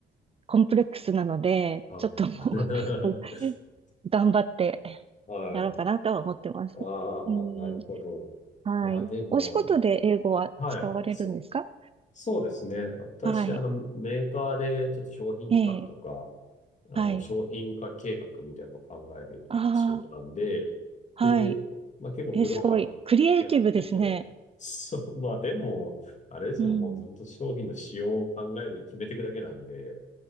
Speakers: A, on the right (about 30°); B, on the left (about 35°).
A: コンプレックスなので、
B: あ
A: ちょっともう
B: ー
A: こう <laughs>
B: <laughs>
A: 頑張って
B: はい。
A: やろうかなとは思ってます。
B: ああ、
A: うん、
B: なるほど。
A: はい。
B: いや、でも、
A: お仕事で英語は使われるんですか
B: はい。そ、そうですね。私、
A: はい。
B: あの、メーカーでちょっと商品企画とか、
A: ええ、
B: あの、
A: はい。
B: 商品化計画みたいなのを考える仕事なんで、
A: ああ、はい。
B: で、まあ、結構グローバル
A: え、すごい。クリエイティブですね。
B: にやってて、そう、まあでも、あれですよ、
A: うん。
B: もう本当、本当商品の仕様を考える、決めていくだけなんで、